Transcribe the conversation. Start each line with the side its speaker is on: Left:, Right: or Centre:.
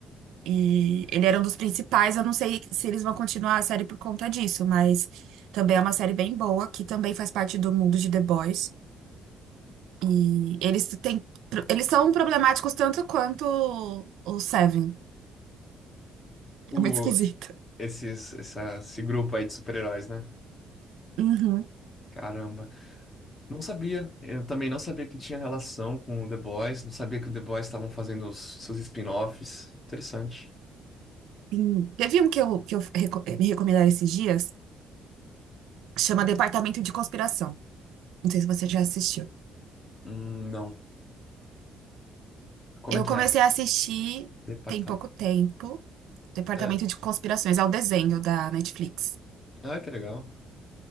Right: E ele era um dos principais. Eu não sei se eles vão continuar a série por conta disso, mas também é uma série bem boa, que também faz parte do mundo de The Boys. E eles têm, eles são problemáticos tanto quanto o, Seven.
Left: O,
Right: É muito esquisito.
Left: esses, essa, esse grupo aí de super-heróis, né?
Right: Uhum.
Left: Caramba. Não sabia. Eu também não sabia que tinha relação com o The Boys. Não sabia que o The Boys estavam fazendo os, seus spin-offs. Interessante.
Right: Sim. Teve um que eu, que eu reco- me recomendaram esses dias, chama Departamento de Conspiração. Não sei se você já assistiu.
Left: Hum, não. Como
Right: Eu
Left: é que
Right: comecei
Left: é?
Right: a assistir
Left: Departamento.
Right: tem pouco tempo, Departamento
Left: É.
Right: de Conspirações, é um desenho da Netflix.
Left: Ah, que legal.